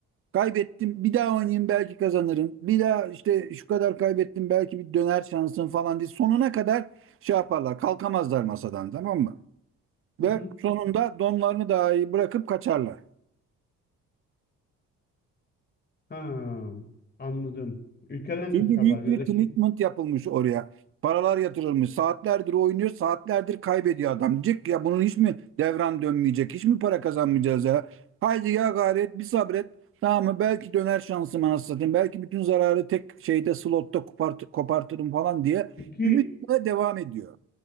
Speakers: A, on the right; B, on the left.
A: kaybettim bir daha oynayayım belki kazanırım. Bir daha işte şu kadar kaybettim belki bir döner şansım falan diye sonuna kadar şey yaparlar. Kalkamazlar masadan tamam mı?
B: Hı
A: ve
B: hı.
A: sonunda donlarını dahi bırakıp kaçarlar.
B: Ha, anladım. Ülkeden
A: Çünkü
B: kaçarlar
A: büyük
B: ya
A: bir
B: da
A: commitment
B: şey.
A: yapılmış oraya. Paralar yatırılmış. Saatlerdir oynuyor, saatlerdir kaybediyor adam. Cık ya bunun hiç mi devran dönmeyecek, hiç mi para kazanmayacağız ya? Haydi ya gayret, bir sabret. Tamam mı? Belki döner şansım anasını satayım. Belki bütün zararı tek şeyde slotta kopart kopartırım falan diye
B: Peki
A: ümitle devam ediyor.